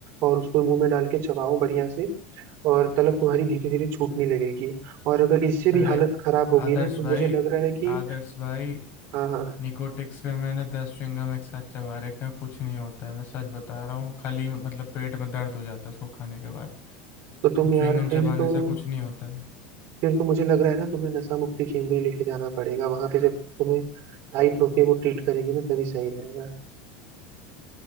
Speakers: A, on the right (about 55°); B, on the left (about 50°).
A: और उसको मुंह में डाल के चबाओ बढ़िया से और तलब तुम्हारी धीरे धीरे छूटने लगेगी और अगर इससे
B: अरे
A: भी हालत खराब होगी
B: आदर्श
A: ना तो
B: भाई
A: मुझे लग रहा है कि
B: आदर्श भाई
A: हाँ हाँ
B: निकोटिक्स के मैंने दस च्युइंगम एक साथ चबा रखे हैं कुछ नहीं होता है मैं सच बता रहा हूँ खाली मतलब पेट में दर्द हो जाता है उसको खाने के बाद
A: तो तुम
B: वो च्युइंगम
A: यार
B: चबाने
A: फिर तो
B: से कुछ नहीं होता है
A: फिर तो मुझे लग रहा है ना तुम्हें नशा मुक्ति केंद्र लेके जाना पड़ेगा वहां पे जब तुम्हें टाइट होके वो ट्रीट करेंगे ना तभी सही रहेगा